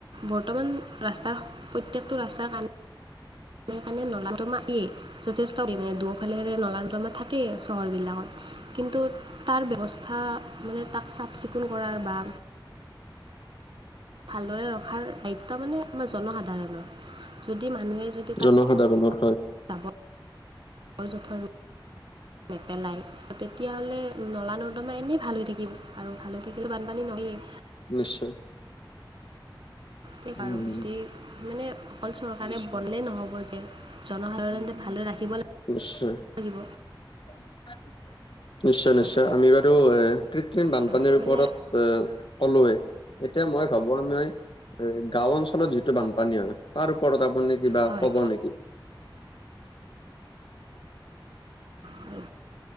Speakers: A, on the right; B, on the left.
A: বৰ্তমান ৰাস্তাৰ প্ৰত্যেকটো ৰাস্ত কাৰণে সেইকাৰণে নলা দমা বেছি যথেষ্ট পৰিমণে দুফালেৰে নলানদমা থাকেই চহৰ বিলাকত। কিন্তু তাৰ ব্যৱস্থা মানে তাক চাফ চিকুণ কৰাৰ বা ভালদৰে ৰখাৰ দায়িত্ব মানে আমাৰ জনসাধাৰণৰ যদি মানুহে য-
B: জনসাধাৰণৰ হয়।
A: বৰ জোথৰ নেপেলায়। তেতিয়াহলে নলা নৰ্দমা এনেই ভাল হৈ থাকিব আৰু ভাল হৈ থাকিলে বানপানী নহয়ে।
B: নিশ্চয়।
A: তে আৰু
B: উম
A: যদি- মানে অকল চৰকাৰে বলে নহ'ব যে জনসাধাৰণতে ভালদৰে ৰাখিব লাগে।
B: নিশ্চয়।
A: লাগিব।
B: <unintelligible> নিশ্চয়
A: হয়
B: নিশ্চয় আমি বাৰু এ কৃত্ৰিম বানপানীৰ
A: হয় মানে
B: ওপৰত এ কলোৱেই। এতিয়া মই ভাবো আ নই এই গাও অঞ্চলত যিটো বানপানী হয় তাৰ ওপৰত আপুনি কিবা
A: হয়
B: কব নেকি?
A: গা